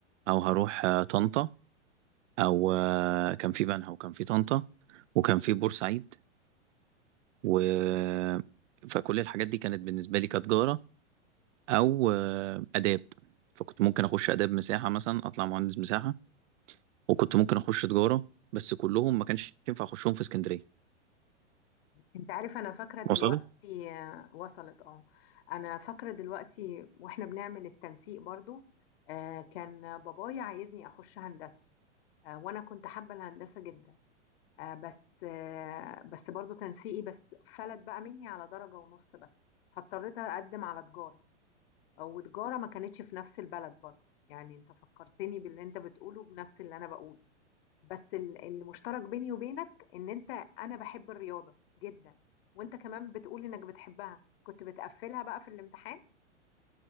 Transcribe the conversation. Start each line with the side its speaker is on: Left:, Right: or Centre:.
Right: او هروح آه، طنطا او آه، كان في بنها وكان في طنطا وكان في بورسعيد و فكل الحاجات دي كانت بالنسبه لي كتجاره او آه، اداب فكنت ممكن اخش اداب مساحه مثلا اطلع مهندس مساحه وكنت ممكن اخش تجاره بس كلهم ما كانش ينفع اخشهم في اسكندريه
Left: انت عارف انا فاكره دلوقتي
Right: وصلت
Left: آه، وصلت اه انا فاكره دلوقتي واحنا بنعمل التنسيق برضو آه، كان بابايا عايزني اخش هندسه آه، وانا كنت حابه الهندسه جدا آه، بس آه، بس برضو تنسيقي بس فلت بقى مني على درجه ونص بس فاضطريت اقدم على تجاره وتجارة ما كانتش في نفس البلد برضو يعني انت فكرتني باللي انت بتقوله بنفس اللي انا بقوله بس ال- المشترك بيني وبينك ان انت انا بحب الرياضة جدا وانت كمان بتقول انك بتحبها كنت بتقفلها بقى في الامتحان